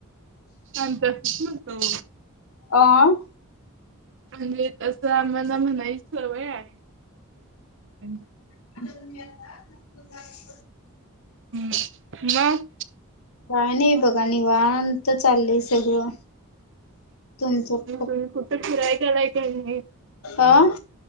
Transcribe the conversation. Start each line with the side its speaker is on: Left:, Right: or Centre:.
Right: आम्ही तसच म्हणतो.
Left: अं.
Right: म्हणजे तसं आम्हाला म्हणायची सवय आ <unintelligible>
Left: <unintelligible>
Right: हम्म म.
Left: का नाही बघा निवांत त चाललंय सगळं तुमचं?
Right: तुम्ही कुठे फिराय गेलाय का नाही.
Left: आं.